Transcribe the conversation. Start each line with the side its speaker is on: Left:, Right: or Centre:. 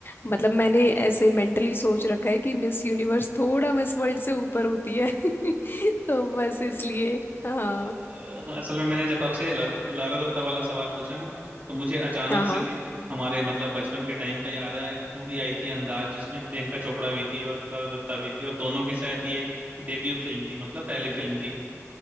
Right: हम्म।
Left: मतलब मैंने ऐसे मेंटली सोच रखा है कि मिस यूनिवर्स थोड़ा मिस वर्ल्ड से ऊपर होती है <laughs> तो बस इसलिए
Right: <laughs> अ,
Left: हाँ
Right: असल में मैंने जब आपसे लार- लारा दत्ता वाला सवाल पूछा ना तो मुझे अचानक
Left: हाँ हाँ
Right: से हमारे मतलब बचपन के टाइम का याद आया एक मूवी आई थी अंदाज जिसमें प्रियंका चोपड़ा भी थी और लारा दत्ता भी थी और दोनों की शायद ये डेब्यू फिल्म थी मतलब पहली फिल्म थी